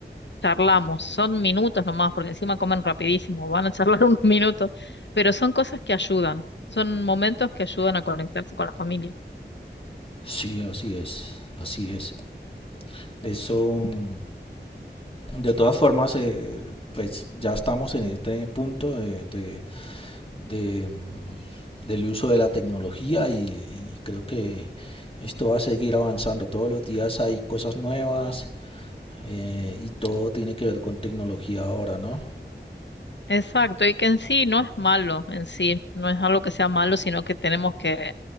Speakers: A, on the left; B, on the left.
A: charlamos, son minutos nomás, porque encima comen rapidísimo, van a charlar <laughs> unos minutos, pero son cosas que ayudan, son momentos que ayudan a conectarse con la familia.
B: Sí, así es, así es. Eso, mm, de todas formas, eh, pues ya estamos en este punto de, de- de, mm, del uso de la tecnología y, y creo que esto va a seguir avanzando. Todos los días hay cosas nuevas eh, y todo tiene que ver con tecnología ahora, ¿no?
A: Exacto, y que en sí no es malo, en sí, no es algo que sea malo, sino que tenemos que